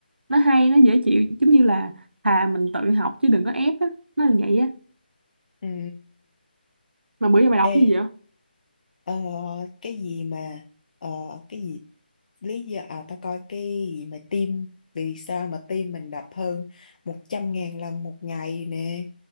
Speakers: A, on the right; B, on the left.
A: nó hay nó dễ chịu giống như là thà mình tự học chứ đừng có ép á nó là vậy á
B: ừ
A: mà bữa giờ mày đọc
B: ê
A: cái gì vậy
B: ờ, cái gì mà ờ, cái gì lý do à tao coi cái gì mà tim vì sao mà tim mình đập hơn một trăm ngàn lần một ngày nè